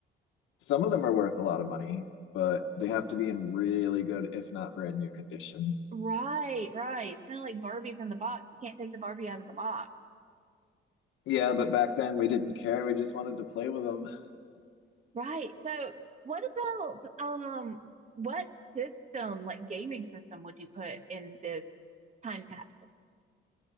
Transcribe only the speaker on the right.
Right, right. It's kind of like Barbie from the box. You can't take the Barbie out of the box.
Right. So what about um what system, like gaming system, would you put in this time capsule?